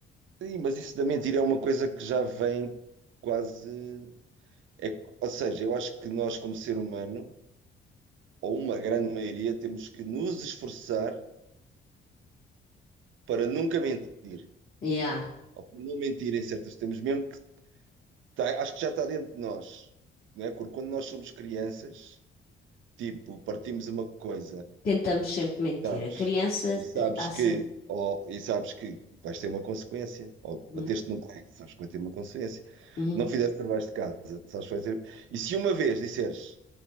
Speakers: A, on the right; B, on the left.
A: Sim, mas isso da mentira é uma coisa que já vem quase. É, ou seja, eu acho que nós, como ser humano, ou uma grande maioria, temos que nos esforçar para nunca mentir,
B: Yeah.
A: ou para não mentir em certos temos mesmo que tá- acho que já está dentro de nós, não é? Porque quando nós somos crianças, tipo, partimos uma coisa.
B: Tentamos sempre mentir.
A: Sabes,
B: A criança
A: e sabes
B: eh, há
A: que,
B: sempre.
A: ou, e sabes que vais ter uma consequência, ou
B: Uhum.
A: bateste num colega, sabes que vai ter uma consequência,
B: Uhum.
A: não fizeste trabalhos de casa, sabes que vai ter. E se uma vez disseres